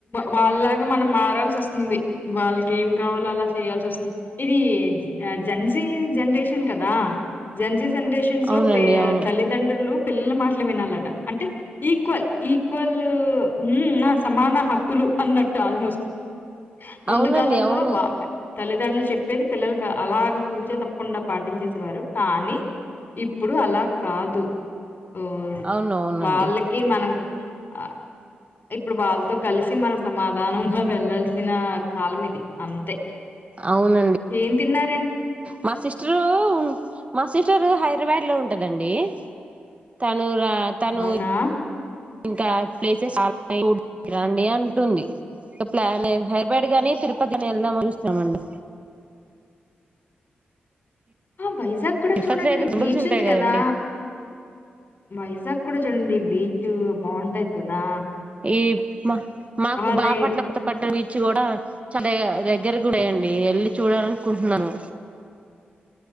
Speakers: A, on the left; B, on the right.
A: వాళ్ళలాగా మనం మారాల్సొస్తుంది. వాళ్ళకేం కావాలో అలా చేయాల్సొస్తుంది ఇది జన్జీ జెనరేషన్ కదా జంజి జనరేషన్స్
B: అవునండి
A: లో పే
B: అవును
A: తల్లిదండ్రులు పిల్లల మాటలే వినాలట అంటే ఈక్వల్ ఈక్వలూ ఉమ్ సమాన హక్కులు అన్నట్టు ఆల్మోస్ట్ ముందు
B: అవునండి
A: కాలంలో
B: అవును
A: బాపే తల్లిదండ్రులు చెప్పేది పిల్లలకి అలాగ తూచా తప్పకుండా పాటించేసేవారు. కానీ ఇప్పుడు అలా కాదు. ఓ
B: అవును అవునండి
A: వాళ్ళకి మనం ఆ ఇప్పుడు వాళ్ళతో కలిసి మన సమాధానంగా వెళ్ళాల్సిన కాలం ఇది అంతే
B: అవునండి
A: ఏం తిన్నార్
B: మా సిస్టరు మా సిస్టరు హైదరాబాద్ లో ఉంటదండి తను రా తను
A: అవునా
B: ఇంకా ప్లేసెస్ <unintelligible> అంటుంది ఇంక ప్లాన్ హైదరాబాద్ గాని తిరుపతైన వెళ్దామని చూస్తున్నమండి
A: ఆ బైజా కూడా
B: తిరుపతిలో
A: చూడండి
B: అయితే టెంపుల్స్
A: బీచ్
B: ఉంటాయి
A: ఉంది
B: కదండి
A: కదా వైజాగ్ కూడా చూడండి బీచ్ బాగుంటాది కదా
B: ఏమ మాకు
A: అదే
B: బాపట్ల వచ్చి కూడా చాల దగ్గర కూడా వేయండి వెళ్ళి చూడాలనుకుంటున్నాను